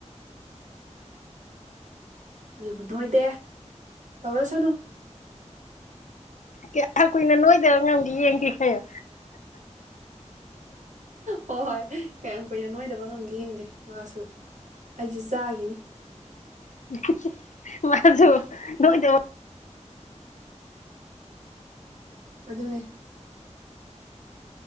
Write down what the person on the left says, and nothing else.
ꯀꯌꯥꯝ ꯀꯨꯏꯅ ꯅꯣꯏꯗꯕ ꯉꯝꯒꯦ ꯌꯦꯡꯒꯦ ꯍꯥꯏꯌꯣ
<inaudible> ꯃꯥꯁꯨ ꯅꯣꯏꯗꯕ